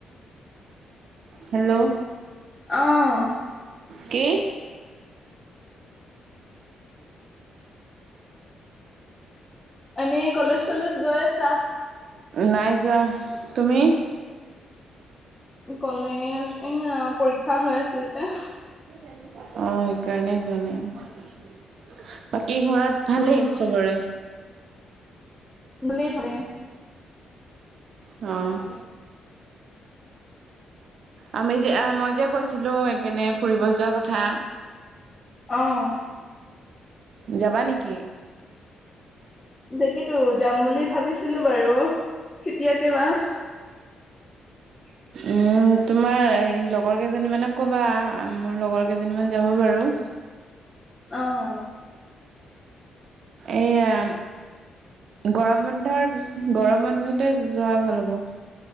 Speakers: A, on the right; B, on the left.
A: হেল্ল'
B: অঁ
A: কি?
B: এনে কলেজ চলেজ গৈ আছা?
A: নাই যোৱা। তুমি?
B: কলেজ এয়া পৰীক্ষা হৈ আছে যে।
A: অ', সেইকাৰণে যোৱা নাই, বাকী ঘৰত ভালেই
B: উম,
A: চবৰে?
B: ভালেই ভালেই।
A: অ'। আমি যে মই যে কৈছিলো এইপিনে ফুৰিব যোৱা কথা।
B: অ'।
A: যাবা নেকি?
B: তাকেতো যাম বুলি ভাবিছিলো বাৰু কেতিয়াকে বা? <inaudible>
A: উম, তোমাৰ হেৰি লগৰ কেইজনী মানক ক'বা মোৰ লগৰ কেইজনী মান যাব বাৰু।
B: অ'।
A: এইয়া গৰম বন্ধৰ গৰম বন্ধতে যোৱা ভাল হ'ব।